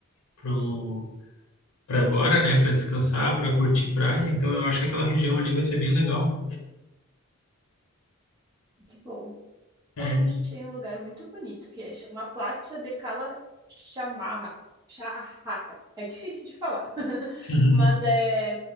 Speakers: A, on the left; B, on the right.
A: pro, para agora, né, para descansar, para curtir praia, então eu acho que aquela região ali vai ser bem legal.
B: Que bom.
A: É.
B: Nossa, achei um lugar muito bonito, que é chama Platia de Cala Chamarra. Charraca. É difícil de falar. <laughs>
A: Uhum.
B: Mas é,